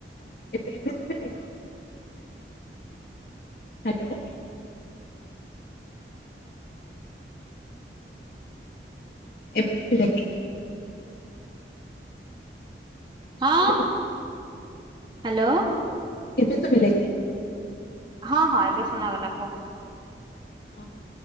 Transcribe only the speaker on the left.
ଏବେ ଏବେ ଶୁଭିଲା କି? ହାଲୋ? ଏବେ ଶୁଭିଲା କି?
Hello
ଏବେ ଶୁଭିଲା କି?
ହଁ